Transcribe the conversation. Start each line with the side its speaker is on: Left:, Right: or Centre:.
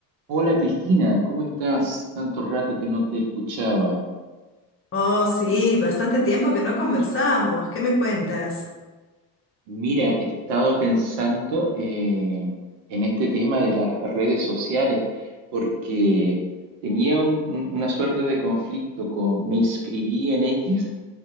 Right: Hola Cristina, ¿cómo estás? Tanto rato que no te escuchaba.
Left: Oh, sí, bastante tiempo que no conversamos. ¿Qué me cuentas?
Right: Mira, he estado pensando eh, en este tema de las redes sociales porque tenía un- un- una suerte de conflicto con, me inscribí en X,